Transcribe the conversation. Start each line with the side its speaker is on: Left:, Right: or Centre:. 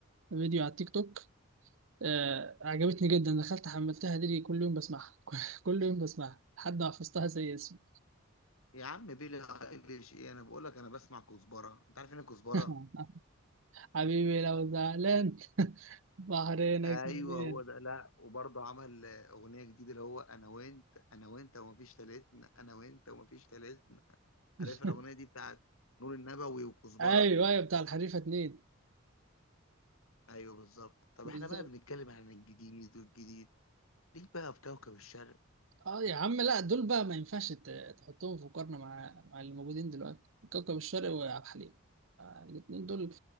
Right: فيديو على التيك توك آه، عجبتني جدا دخلت حملتها دي كل يوم بسمعها <laughs> كل يوم بسمعها لحد ما حفظتها زي اسمي
Left: يا عم billie eilish إيه، أنا باقول لك أنا باسمع كزبرة، أنت عارف يعني إيه كزبرة؟
Right: <laughs> حبيبي لو زعلان بحرينك
Left: ايوه
Right: منين
Left: هو ده لا وبرضه عمل آه، اغنيه جديده اللي هو انا وانت انا وانت ومفيش تالتنا انا وانت ومفيش تالتنا
Right: <laughs>
Left: عارف الاغنيه دي بتاعت نور النبوي وكزبره
Right: ايوه ايوه بتاع الحريفه اتنين
Left: ايوه بالظبط طب
Right: بالظبط
Left: احنا بقى بنتكلم عن الجديد والجديد ليك بقى في كوكب الشرق
Right: اه يا عم لا دول بقى ما ينفعش ت- تحطهم في مقارنة مع مع اللي موجودين دلوقتي كوكب الشرق وعبد الحليم آه، الاتنين دول